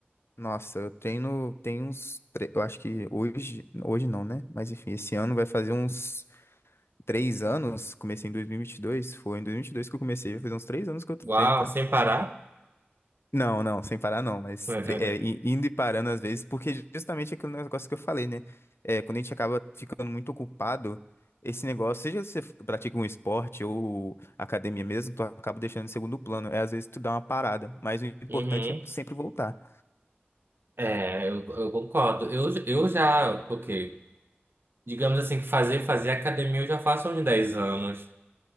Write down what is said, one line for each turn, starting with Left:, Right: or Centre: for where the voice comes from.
Left: Nossa, eu treino. Tem uns. tre- Eu acho que hoje. Hoje não, né? Mas enfim, esse ano vai fazer uns três anos. Comecei em dois mil e e vinte e dois, Foi em dois mil e e vinte e dois que eu comecei. Vai fazer uns três anos que eu treino,
Right: Uau,
Left: cara.
Right: sem parar?
Left: Não, não, sem parar não, mas
Right: <laughs>
Left: tre- é, i- indo e parando às vezes, porque justamente aquele negócio que eu falei, né? É, quando a gente acaba ficando muito ocupado, esse negócio, seja você f- pratica um esporte ou academia mesmo, tu acaba deixando em segundo plano. É às vezes tu dá uma parada, mas o importante
Right: Uhum.
Left: é tu sempre voltar.
Right: É, eu, eu concordo. Eu, eu já, ok. Digamos assim que fazer, fazer academia eu já faço há uns 10 anos.